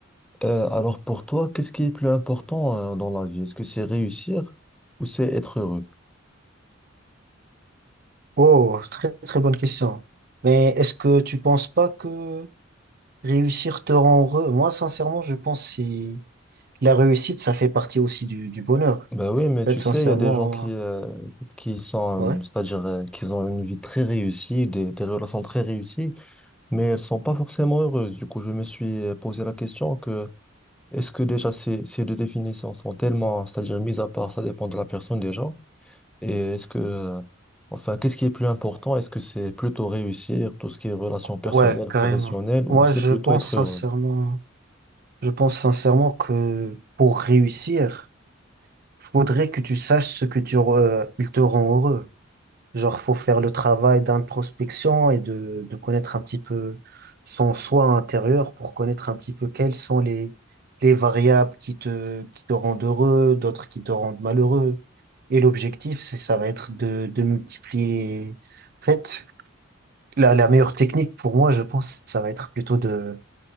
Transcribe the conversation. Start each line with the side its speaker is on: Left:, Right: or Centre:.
Centre: Euh, alors pour toi, qu'est-ce qui est plus important euh, dans la vie? Est-ce que c'est réussir ou c'est être heureux?
Right: Oh, très très bonne question. Mais est-ce que tu penses pas que réussir te rend heureux? Moi sincèrement je pense que si la réussite ça fait partie aussi du, du bonheur.
Centre: Ben oui, mais tu
Right: En fait, sincèrement,
Centre: sais, il y a des gens qui, euh, qui sont,
Right: ouais.
Centre: euh, c'est-à-dire euh, qu'ils ont une vie très réussie, des, des relations très réussies, mais elles sont pas forcément heureuses. Du coup, je me suis euh, posé la question que est-ce que déjà ces, ces deux définitions sont tellement, c'est-à-dire mises à part, ça dépend de la personne déjà, et est-ce que, euh, enfin, qu'est-ce qui est plus important? Est-ce que c'est plutôt réussir, tout ce qui est relations personnelles,
Right: Ouais, carrément.
Centre: professionnelles, ou
Right: Moi
Centre: c'est
Right: je
Centre: plutôt
Right: pense
Centre: être
Right: sincèrement
Centre: heureux?
Right: je pense sincèrement que pour réussir, faudrait que tu saches ce que tu re- euh, il te rend heureux. Genre, faut faire le travail d'introspection et de, de connaître un petit peu son soi intérieur pour connaître un petit peu quelles sont les, les variables qui te, qui te rendent heureux, d'autres qui te rendent malheureux. Et l'objectif, c'est, ça va être de, de multiplier. En fait, la, la meilleure technique pour moi, je pense, ça va être plutôt de,